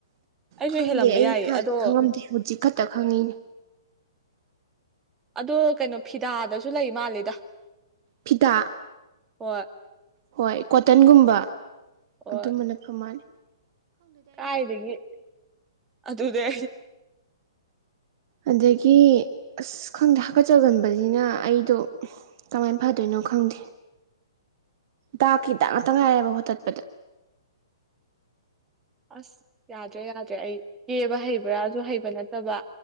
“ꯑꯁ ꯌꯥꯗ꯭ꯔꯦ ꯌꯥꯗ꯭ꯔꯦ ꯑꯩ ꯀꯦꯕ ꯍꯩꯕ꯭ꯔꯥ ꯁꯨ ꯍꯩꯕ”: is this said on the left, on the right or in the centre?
Right